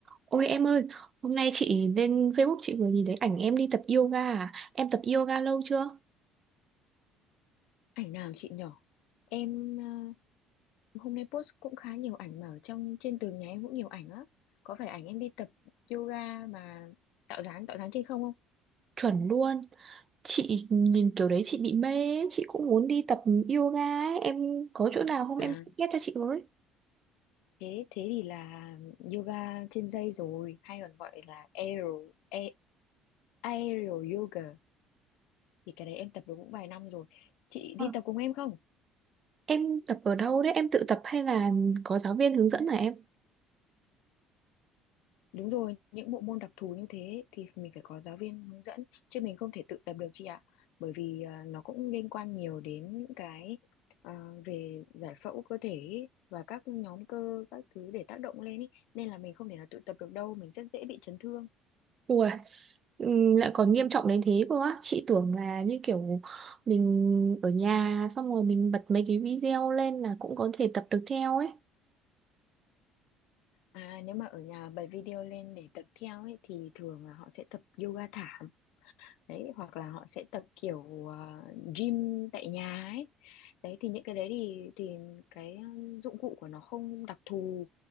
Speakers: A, on the right (about 25°); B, on the left (about 80°).
A: Ôi em ơi, hôm nay chị lên Facebook chị vừa nhìn thấy ảnh em đi tập yoga à? Em tập yoga lâu chưa?
B: Ảnh nào chị nhỏ? Em ờ, hôm nay post cũng khá nhiều ảnh mà ở trong trên tường nhà em cũng nhiều ảnh lắm. Có phải ảnh em đi tập yoga mà tạo dáng tạo dáng trên không không?
A: Chuẩn luôn. Chị nhìn kiểu đấy chị bị mê, ấy. chị cũng muốn đi tập yoga ấy. Em có chỗ nào không
B: À
A: em suggest cho chị với.
B: thế thế thì là yoga trên dây rồi, hay còn gọi là aero a- aero yoga thì cái đấy em tập được cũng vài năm rồi. Chị
A: Ờ,
B: đi tập cùng em không?
A: Em tập ở đâu đấy? Em tự tập hay là có giáo viên hướng dẫn hả em?
B: Đúng rồi, những bộ môn đặc thù như thế thì mình phải có giáo viên hướng dẫn chứ mình không thể tự tập được chị ạ. Bởi vì à, nó cũng liên quan nhiều đến những cái à, về giải phẫu cơ thể ý, và các nhóm cơ các thứ để tác động lên ý. Nên là mình không thể nào tự tập được đâu, mình rất dễ bị chấn thương.
A: Ủa, ừm, lại còn nghiêm trọng đến thế cơ á. Chị tưởng là như kiểu mình ở nhà xong rồi mình bật mấy cái video lên là cũng có thể tập được theo ấy.
B: À, nếu mà ở nhà bật video lên để tập theo ấy thì thường là họ sẽ tập yoga thảm đấy hoặc là họ sẽ tập kiểu à, gym tại nhà ấy đấy thì những cái đấy thì thì cái um, dụng cụ của nó không đặc thù